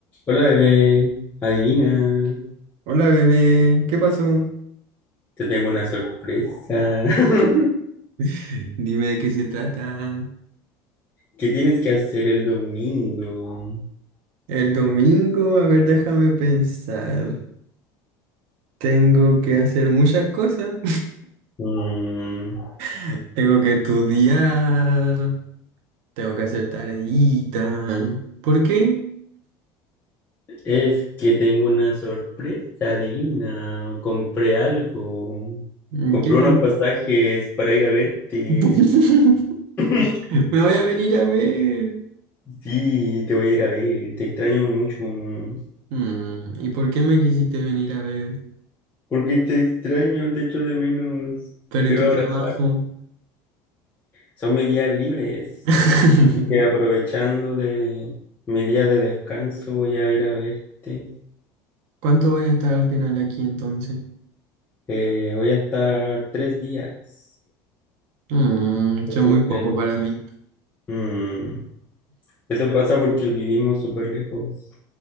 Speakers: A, on the left; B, on the right.
A: Hola bebé, adivina,
B: Hola bebé, ¿qué pasó?
A: te tengo una sorpresa. <laughs>
B: <laughs> Dime de qué se trata.
A: ¿Qué tienes que hacer el domingo?
B: El domingo, a ver, déjame pensar. Tengo que hacer muchas cosas.
A: Mm,
B: <laughs> Tengo que estudiar. Tengo que hacer tareita. ¿Por qué?
A: es que tengo una sorpresa, adivina. Compré algo.
B: Mm,
A: Compré
B: ¿Qué com-
A: unos pasajes para ir a verte.
B: <laughs>
A: <clears throat> <laughs>
B: Me voy a venir a ver.
A: Sí, te voy a ir a ver, te extraño mucho. Mm,
B: Mm, ¿Y por qué me quisiste venir a ver?
A: Porque te extraño, te echo de menos.
B: Pero
A: Quiero
B: ¿y tu
A: abrazarte.
B: trabajo?
A: Son mis días libres.
B: <laughs>
A: Y aprovechando de mi día de descanso, voy a ir a verte.
B: ¿Cuánto voy a estar al final aquí entonces?
A: Eh, voy a estar tres días.
B: Mm,
A: Voy
B: son
A: por
B: muy poco
A: tres días.
B: para mí.
A: Mm, Eso pasa porque vivimos súper lejos.